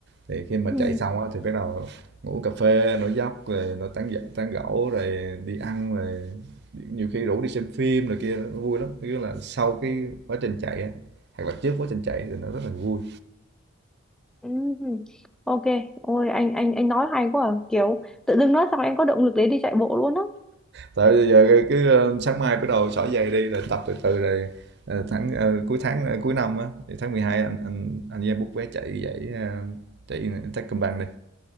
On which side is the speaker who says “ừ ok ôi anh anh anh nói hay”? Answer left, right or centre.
Centre